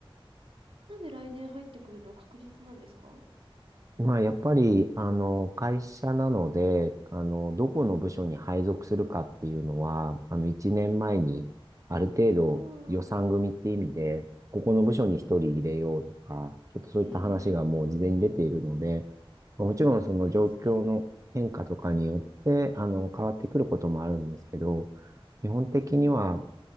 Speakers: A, on the right; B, on the right.
A: なんで来年入ってくるのは確実なんですか
B: まあ、やっぱり、あの、会社なので、あの、どこの部署に配属するかっていうのは、あの、1年前に、ある程度予算組って意味で、
A: ああー、
B: ここの部署に1人入れようとか、ちょっとそういった話がもう事前に出ているので、
A: ええ、
B: もちろんその状況の変化とかによって、
A: すごいですね。
B: あの、変わってくることもあるんですけど、
A: うーん。
B: 基本的には、う